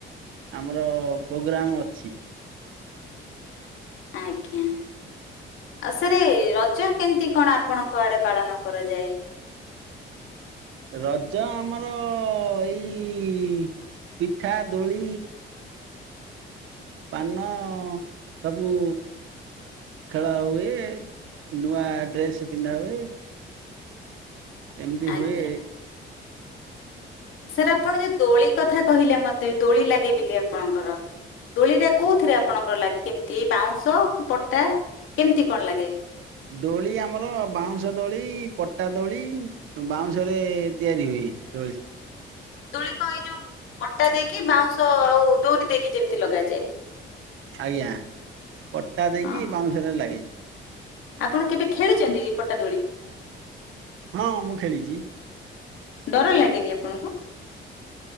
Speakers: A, on the right; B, on the left.
A: ଆମର ପ୍ରୋଗ୍ରାମ ଅଛି।
B: ଆଜ୍ଞା ଆଉ ସରେ ରଜ କେମିତି କଣ ଆପଣଙ୍କ ଆଡେ ପାଳନ କରାଯାଏ।
A: ରଜ ଆମର ଏଇ ପିଠା ଦୋଳି ପାନ ସବୁ ଖେଳ ହୁଏ ନୂଆ ଡ୍ରେସ୍ ପିନ୍ଧା ହୁଏ। ଏମିତି
B: ଆଜ୍ଞା
A: ହୁଏ
B: ସାର୍ ଆପଣ ଯୋଉ ଦୋଳି କଥା କହିଲେ ମତେ ଦୋଳି ଲାଗେ ବୋଲିକା ଆପଣଙ୍କର ଦୋଳି ଟା କୋଉଥିରେ ଆପଣଙ୍କର ଲାଗେ କେମିତି ବାଉଁଶ କି ପଟା? କେମିତି କଣ ଲାଗେ?
A: ଦୋଳି ଆମର ବାଉଁଶ ଦୋଳି ପଟା ଦୋଳି ବାଉଁଶ ରେ ତିଆରି ହୁଏ ରହିଚି
B: ଦୋଳିକ ଏଇ ଯୋଉ ପଟା ଦେଇକି ବାଉଁଶ ଆଉ ଦଉରି ଦେଇକି ଯେମିତି ଲଗାଯାଏ।
A: ଆଜ୍ଞା ପଟା ଦେଇକି
B: ଅଁ
A: ବାଉଁଶରେ ଲାଗେ।
B: ଆପଣ କେବେ ଖେଳିଛନ୍ତି ପଟାଦୋଳି?
A: ହଁ ମୁଁ ଖେଳିଛି।
B: ଡର ଲାଗେନି ଆପଣଙ୍କୁ?